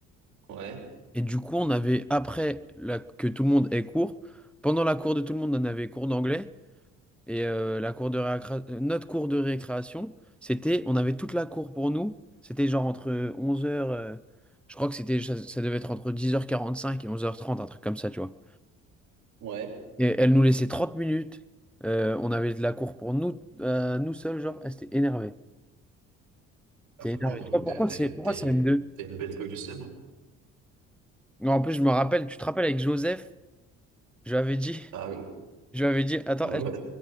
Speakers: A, on the right; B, in the centre.
A: ouais,
B: Et du coup, on avait, après la- que tout le monde ait cours, pendant la cour de tout le monde, on avait cours d'anglais. Et euh, la cour de récré- euh, notre cours de récréation, c'était, on avait toute la cour pour nous. C'était genre entre 11h, je crois que c'était, ça, ça devait être entre 10h45 et 11h30, un truc comme ça, tu vois.
A: ouais.
B: Et elle nous laissait 30 minutes. Euh, on avait de la cour pour nous, euh, nous seuls, genre, elle s'était énervée.
A: Ah,
B: T'es-
A: franchement,
B: Non,
A: euh,
B: mais
A: t'as
B: pourquoi
A: t'as-
B: c'est pourquoi
A: t'as
B: c'est
A: une,
B: M2?
A: t'as une belle époque du CM1.
B: Non, En plus, je me rappelle, tu te rappelles avec Joseph, je lui avais dit,
A: Ah, ouais,
B: je lui avais dit, attends,
A: ouais,
B: elle-